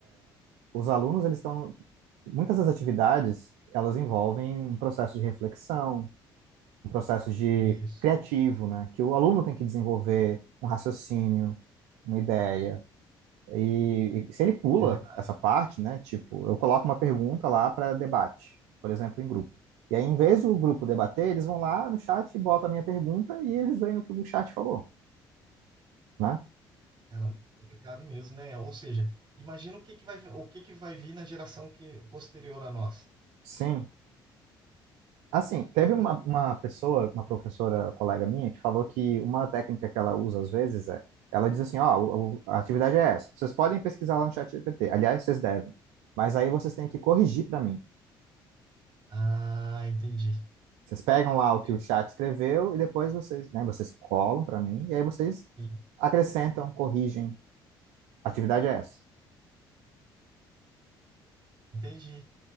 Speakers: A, on the right; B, on the right.
A: os alunos, eles estão... Muitas das atividades, elas envolvem um processo de reflexão, um processo de
B: isso.
A: criativo, né? Que o aluno tem que desenvolver um raciocínio, uma ideia. E, e se ele pula
B: É verdade.
A: essa parte, né? Tipo, eu coloco uma pergunta lá para debate, por exemplo, em grupo. E aí, em vez do grupo debater, eles vão lá no chat, botam a minha pergunta e eles veem o que o chat falou, né?
B: Ela é complicado mesmo, né? Ou seja, imagina o que que vai, o que que vai vir na geração que posterior à nossa.
A: Sim. Assim, teve
B: Então,
A: uma,
B: pe-
A: uma pessoa, uma professora colega minha, que falou que uma técnica que ela usa às vezes é, ela diz assim, ó, o- o- a atividade é essa. Vocês podem pesquisar lá no chat GPT. Aliás, vocês devem. Mas aí vocês têm que corrigir para mim.
B: ah, entendi.
A: Vocês pegam lá o que
B: É,
A: o chat escreveu e depois vocês, né, vocês colam para mim e aí vocês
B: en-
A: acrescentam, corrigem. A atividade é essa.
B: Entendi.